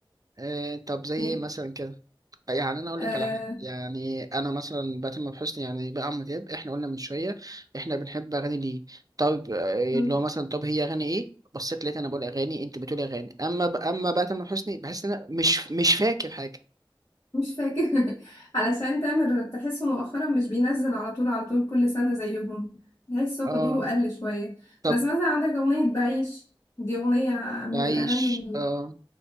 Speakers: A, on the right; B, on the left.
A: آه، طب زي
B: يعني
A: ايه مثلا يعني انا اقول
B: آه
A: لك على حاجه يعني انا مثلا بتم بحسني يعني بقى عمرو دياب احنا قلنا من شويه احنا بنحب اغاني ليه طب آه،
B: مم.
A: اللي هو مثلا طب هي اغاني ايه بصيت لقيت انا بقول اغاني انت بتقول اغاني اما ب... اما بقى تامر حسني بحس ان انا مش مش فاكر حاجه
B: مش فاكر <laughs> علشان تامر تحسه مؤخرا مش بينزل على طول على طول كل سنة زيهم تحسه
A: اه
B: حضوره قل شوية
A: طب
B: بس مثلا عندك أغنية بعيش دي أغنية من
A: عايش
B: الأغاني ال-
A: اه